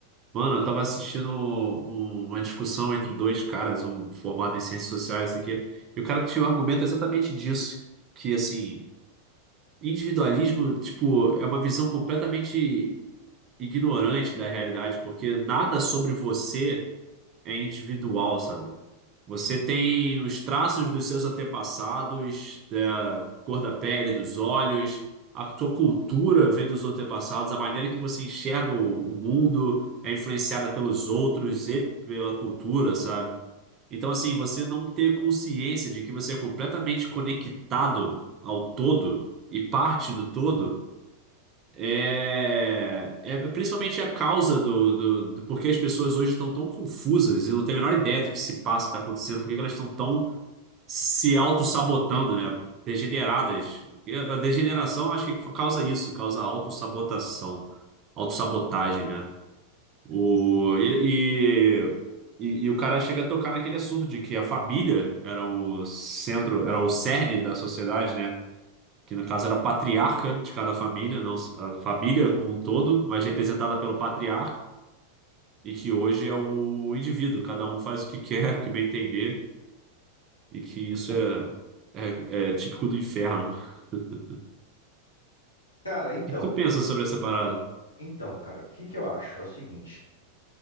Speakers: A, on the right; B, on the left.
A: Mano, eu tava assistindo um- uma discussão entre dois caras, um formado em ciências sociais, isso aqui, e o cara tinha um argumento exatamente disso, que, assim, individualismo, tipo, é uma visão completamente ignorante da realidade, porque nada sobre você é individual, sabe? Você tem os traços dos seus antepassados, da cor da pele, dos olhos, a sua cultura vem dos antepassados, a maneira que você enxerga o o mundo é influenciada pelos outros e pela cultura, sabe? Então, assim, você não ter consciência de que você é completamente conectado ao todo e parte do todo é, é principalmente a causa do, do, do porquê as pessoas hoje estão tão confusas e não têm a menor ideia do que se passa e está acontecendo, porque elas estão tão se autossabotando, né? Degeneradas. E A degeneração acho que causa isso, causa autossabotação, autossabotagem, né? O, e, e, e- e o cara chega a tocar naquele assunto de que a família era o centro, era o cerne da sociedade, né? Que no caso era o patriarca de cada família, não a família como um todo, mas representada pelo patriarca, e que hoje é o indivíduo, cada um faz o que quer, <laughs> o que bem entender. E que isso é, é, é típico do inferno. O
B: Cara, então,
A: que que tu pensa sobre essa parada?
B: então, cara, o que que eu acho? É o seguinte,